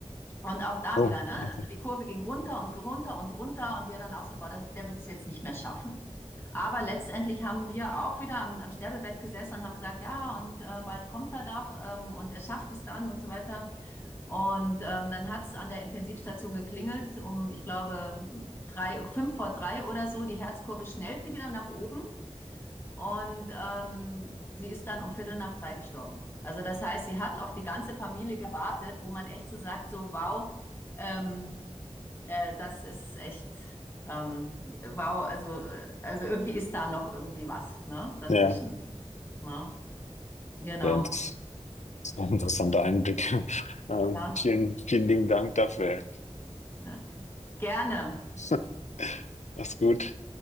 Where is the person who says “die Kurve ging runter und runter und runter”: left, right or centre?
Left